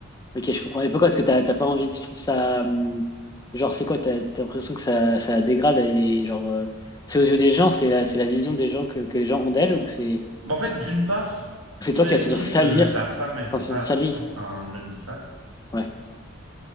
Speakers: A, on the left (about 20°); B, on the right (about 80°).
A: Ok, je comprends. Et pourquoi est-ce que t'as t'as pas envie? Tu trouves ça hum, genre c'est quoi? T'as t'as l'impression que ça ça dégrade et genre euh, c'est aux yeux des gens, c'est la c'est la vision des gens que que les gens ont d'elle ou c'est
B: Bah, en fait, d'une part,
A: ou c'est
B: imaginons
A: toi qui vas te sentir salir,
B: que ta femme, elle
A: enfin
B: fasse
A: salir.
B: un OnlyFans.
A: Ouais.